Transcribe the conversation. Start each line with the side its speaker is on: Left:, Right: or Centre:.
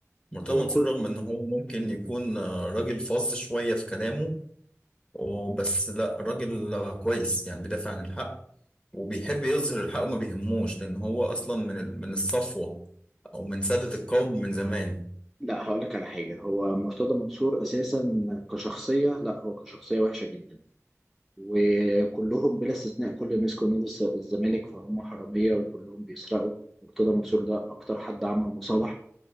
Left: مرتضى
Centre: هو
Left: منصور
Centre: كل
Left: رغم ان هو ممكن يكون آه، راجل فظ شوية في كلامه وبس لا راجل آه، كويس يعني بيدافع عن الحق وبيحب يظهر الحق وما بيهموش لان هو اصلا من ال- من الصفوة او من سادة القوم من زمان
Centre: لا هقول لك على حاجة هو مرتضى منصور أساسا كشخصية لا هو كشخصية وحشة جدا وكلهم بلا استثناء كل ما يمسكوا نادي الس- الزمالك فهم حرامية وكلهم بيسرقوا مرتضى منصور ده أكتر حد عمل مصالح